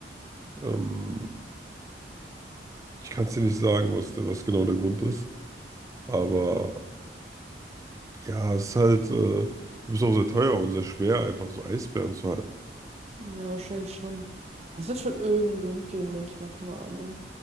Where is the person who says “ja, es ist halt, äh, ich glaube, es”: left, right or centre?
Right